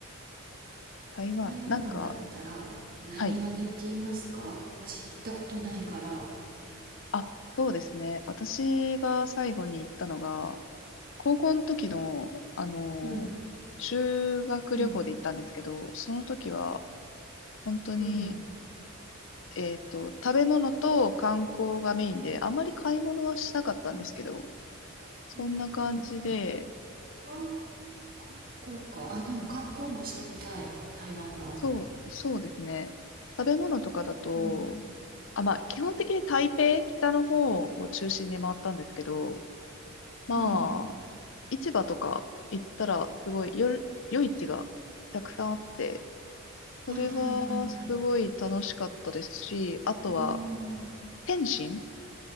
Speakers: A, on the left (about 65°); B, on the right (about 45°).
A: 台湾、
B: 台湾だったら何ができますか私行ったことないから。
A: なんか、はい。あ、そうですね。私が最後に行ったのが、高校の時の、あの、
B: うん、
A: 修学旅行で行ったんですけど、
B: うん、
A: その時は、本当に、
B: うん。う
A: えっと、食べ物と観光がメインで、あまり買い物はしなかったんですけど、
B: ん、
A: そんな感じで、
B: うん韓観光か。あ、でも観光もしてみたい。台湾の。
A: そう、そうですね。食べ物とかだと、
B: うん。
A: あ、まあ、基本的に台北、北の方を中心に回ったんですけど、まあ、
B: うん。
A: 市場とか行ったら、すごい、よ、夜市がたくさんあって、
B: はいはいはいはい。
A: それはすごい楽しかったですし、あとは、
B: あー
A: 天津